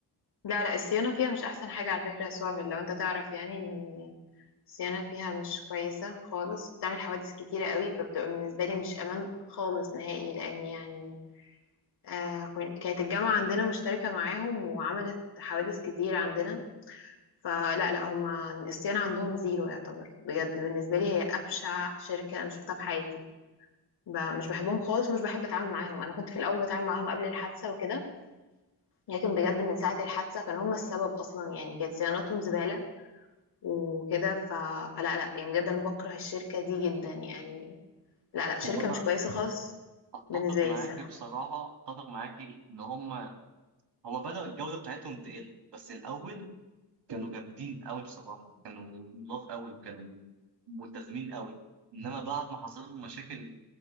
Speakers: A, on the left; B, on the right.
A: لا لا الصيانة فيها مش أحسن حاجة على فكرة يا سوافل لو أنت تعرف يعني إن الصيانة فيها مش كويسة خالص بتعمل حوادث كتيرة قوي فبتبقى بالنسبة لي مش أمان خالص نهائي لأن يعني آه كون- كانت الجامعة عندنا مشتركة معاهم وعملت حوادث كتير عندنا فلا لا هما الصيانة عندهم زيرو يعتبر بجد بالنسبة لي هي أبشع شركة أنا شفتها في حياتي ب- مش بحبهم خالص ومش بحب اتعامل معاهم انا كنت في الاول بتعامل معاهم قبل الحادثه وكده لكن بجد من ساعه الحادثه كانوا هم السبب اصلا يعني كانت صيانتهم زباله وكده ف... فلا لا يعني بجد انا بكره الشركه دي جدا يعني لا لا شركه
B: هو أنا
A: مش كويسه خالص
B: أتفق
A: بالنسبه لي
B: معاك
A: الصراحه
B: بصراحة أتفق معاك إن هم هم بدأوا الجودة بتاعتهم تقل بس الأول كانوا جامدين قوي بصراحه كانوا نضاف قوي وكانوا ملتزمين قوي انما بعد ما حصل لهم مشاكل